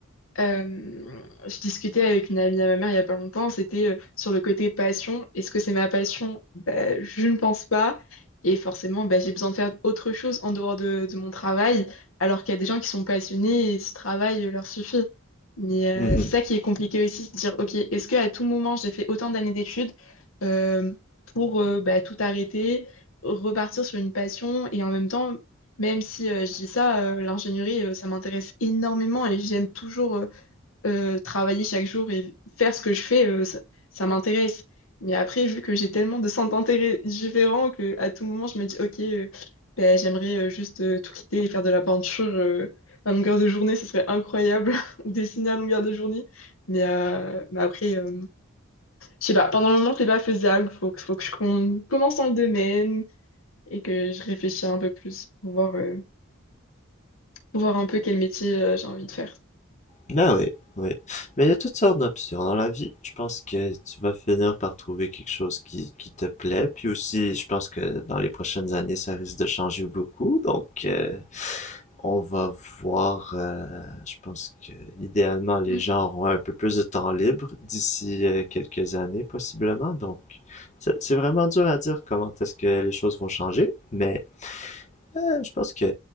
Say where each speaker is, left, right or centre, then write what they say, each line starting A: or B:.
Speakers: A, on the left; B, on the left.
A: euh, je discutais avec une amie à ma mère il y a pas longtemps, c'était euh, sur le côté passion. Est-ce que c'est ma passion? Ben, je ne pense pas. Et forcément, ben, j'ai besoin de faire autre chose en dehors de, de mon travail, alors qu'il y a des gens qui sont passionnés et ce travail euh, leur suffit. Mais euh,
B: Mhm.
A: c'est ça qui est compliqué aussi, de dire, OK, est-ce qu'à tout moment, j'ai fait autant d'années d'études euh, pour euh, ben, tout arrêter, repartir sur une passion et en même temps... Même si euh, je dis ça, euh, l'ingénierie, euh, ça m'intéresse énormément et j'aime toujours, euh, euh, travailler chaque jour et faire ce que je fais, euh, ça, ça m'intéresse. Mais après, vu que j'ai tellement de centres d'intérêt différents que à tout moment, je me dis, OK, euh, ben, j'aimerais euh, juste euh, tout quitter et faire de la peinture euh, à longueur de journée, ce serait incroyable, <laughs> ou dessiner à longueur de journée. Mais, euh, mais après, euh, je sais pas, pendant le moment, c'est pas faisable. Faut que, faut que je com- commence dans le domaine et que je réfléchisse un peu plus pour voir, euh, pour voir un peu quel métier euh, j'ai envie de faire.
B: Ben oui, oui. Mais il y a toutes sortes d'options dans la vie. Je pense que tu vas finir par trouver quelque chose qui, qui te plaît. Puis aussi, je pense que dans les prochaines années, ça risque de changer beaucoup. Donc, euh, on va voir. euh, je pense que idéalement, les
A: Mm.
B: gens auront un peu plus de temps libre d'ici euh, quelques années, possiblement. Donc, c'est c'est vraiment dur à dire comment est-ce que les choses vont changer. Mais euh, je pense que